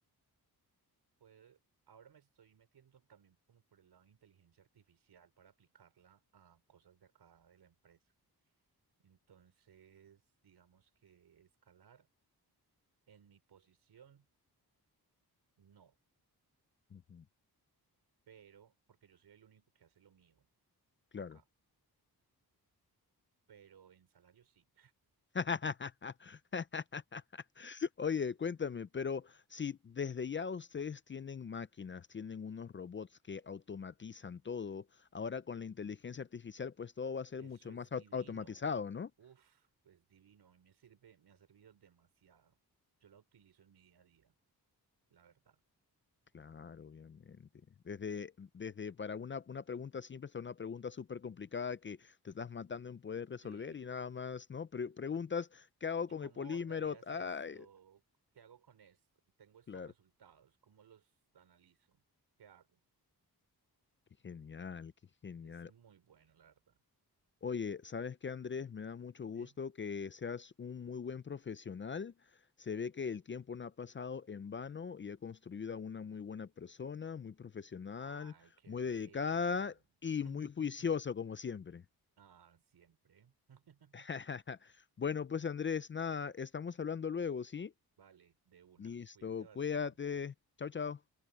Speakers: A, on the right; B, on the left.
A: puede- ahora me estoy metiendo también como por el lado de inteligencia artificial para aplicarla a cosas de acá de la empresa. Entonces, digamos que escalar en mi posición, no,
B: ujú,
A: pero porque yo soy el único que hace lo mío
B: Claro.
A: acá, pero en salario sí.
B: <laughs> Oye, cuéntame, pero si desde ya ustedes tienen máquinas, tienen unos robots que automatizan todo, ahora con la inteligencia artificial, pues todo va a ser
A: Eso
B: mucho
A: es
B: más
A: divino.
B: au- automatizado, ¿no?
A: Uf, es divino. A mí me sirve, me ha servido demasiado. Yo la utilizo en mi día a día, la verdad.
B: Claro, obviamente. Desde, desde para una, una pregunta simple hasta una pregunta súper complicada que te estás matando en poder resolver
A: Sí.
B: y nada más, ¿no? Pre- preguntas, ¿qué hago con
A: ¿Cómo
B: el polímero?
A: abordarías
B: Ay,
A: esto? ¿Qué hago con esto? Tengo estos
B: claro.
A: resultados. ¿Cómo los analizo? ¿Qué hago?
B: Qué genial, qué genial.
A: Es muy bueno, la verdad.
B: Oye, ¿sabes qué, Andrés? Me da mucho
A: Dime.
B: gusto que seas un muy buen profesional. Se ve que el tiempo no ha pasado en vano y ha construido a una muy buena persona, muy profesional,
A: Ay, qué
B: muy
A: bello.
B: dedicada y
A: <laughs>
B: muy juiciosa, como siempre.
A: Ah, siempre. <laughs>
B: <laughs> Bueno, pues Andrés, nada, estamos hablando luego, ¿sí?
A: Vale, de una.
B: Listo,
A: Cuídate bastante.
B: cuídate. Chao, chao.